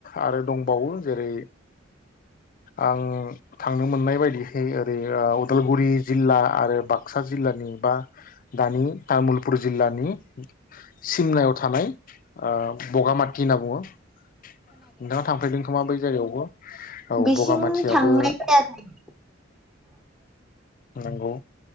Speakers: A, on the left (about 45°); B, in the centre.
A: आरो दंबावो। जेरै आं थांनो मोननाय बायदिहै ओरै उदालगुरि जिल्ला आरो बा- क्सा जिल्लानि बा दानि तामुलपुर जिल्लानि <unintelligible> सिमनायाव थानाय ओ बगामाथि होनना बुङो नोंथाङा थांफेरदों खोमा बै जायगायावबो औ
B: बेसिंम
A: बगामाथियाबो
B: थांनाय जायाखै
A: नंगौ